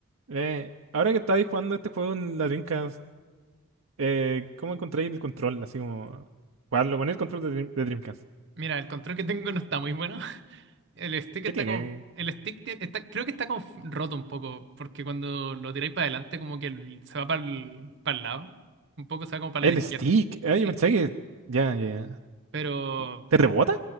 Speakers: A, on the right; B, on the right.
A: Eh, ahora que estáis jugando este juego en la Dreamcast, eh, ¿cómo encontráis el control? Así como jugarlo con el control de, Dream- de Dreamcast.
B: Mira, el control que tengo no está muy bueno. <laughs> El stick
A: ¿Qué
B: está
A: tiene?
B: como, el stick tie- está, creo que está como roto un poco, porque cuando lo tiráis para adelante como que el- se va para el, para el lado, un poco se va como para
A: El
B: la izquierda.
A: stick. Ah,
B: Sí,
A: yo pensé que. Ya, ya, ya.
B: pero
A: ¿Te rebota?